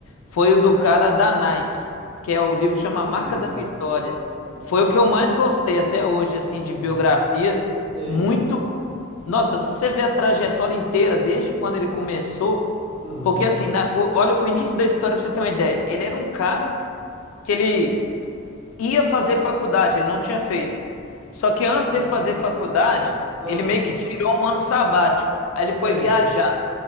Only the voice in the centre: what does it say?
nunca
vi, cara.
Nossa,
eu nunca
vi.
Aham,
sei.
Aham,
ah,
ah,
sei.